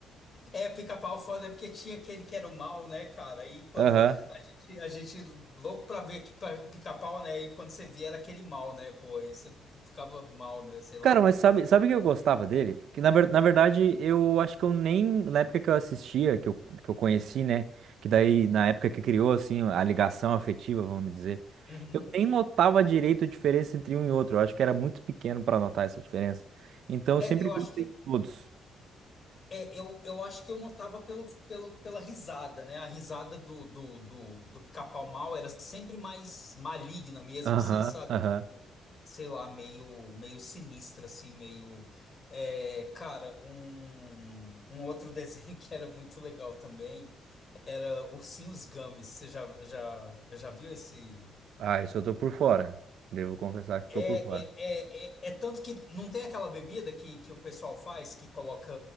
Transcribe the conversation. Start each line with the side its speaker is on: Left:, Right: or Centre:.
Left: É, pica-pau foda é porque tinha aquele que era o mal, né, cara? aí quando
Right: Aham.
Left: a gente, a gente louco pra ver que pa- pica-pau, né? E quando você via era aquele mal, né? Pô, aí você ficava mal, né? Sei lá,
Right: Cara,
Left: no.
Right: mas sabe, sabe o que eu gostava dele? Que na, ver- na verdade, eu acho que eu nem, na época que eu assistia, que eu, que eu conheci, né? Que daí, na época que criou, assim, a ligação afetiva, vamos dizer,
Left: Uhum.
Right: eu nem notava direito a diferença entre um e outro. Eu acho que era muito pequeno pra notar essa diferença. Então, eu
Left: É,
Right: sempre
Left: eu
Right: gostei
Left: acho que
Right: de todos.
Left: É, eu, eu acho que eu notava pelo, pelo, pela risada, né? A risada do, do, do, do Pica-Pau Mal era sempre mais maligna mesmo,
Right: Aham,
Left: assim, sabe?
Right: aham.
Left: Tipo, sei lá, meio, meio sinistra, assim, meio. É, cara, um, um outro desenho <laughs> que era muito legal também era Ursinhos Gumby. Você já, já, já viu esse?
Right: Ah, isso eu tô por fora. Devo confessar que
Left: É,
Right: tô por fora.
Left: é, é, é, é tanto que não tem aquela bebida que, que o pessoal faz que coloca